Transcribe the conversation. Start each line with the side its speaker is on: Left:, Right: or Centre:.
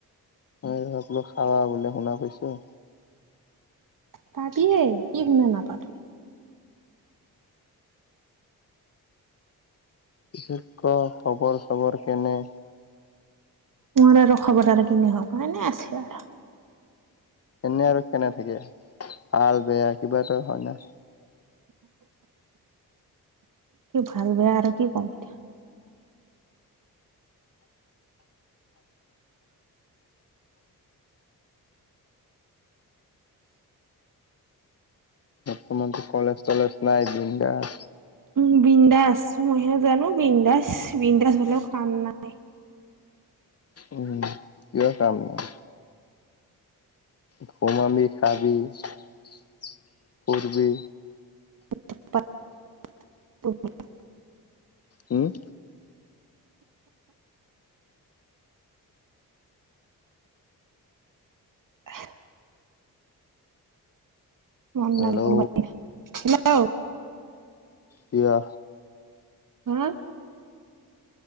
Left: <unintelligible> উম' একলগ খাৱা বুলি শুনা পাইছোঁ।
Right: পাবিয়ে, কি শুনা নাপাবি।
Left: বিশেষ ক খবৰ চবৰ কেনে?
Right: মোৰ আৰু খবৰ আৰু কেনে হ'ব এনে আছে আৰু।
Left: এনে আৰু কেনে থাকে ভাল বেয়া কিবা এটা হয় না।
Right: কি ভাল বেয়া আৰু কি ক'ম এতিয়া।
Left: তোমাৰতো কলেজ তলেজ নাই বিন্দাছ।
Right: উম' বিন্দাছ, মইহে জানোঁ বিন্দাছ, বিন্দাছ হ'লেও কাম নাই।
Left: উম কিয় কাম নহয়। ঘোমাবি, খাবি, ফুৰবি।
Right: <unintelligible>
Left: উম'
Right: আহ মন
Left: হেল্ল'
Right: নাই কৰবা এতিয়া, হেল্লো
Left: কিয়?
Right: <unintelligible>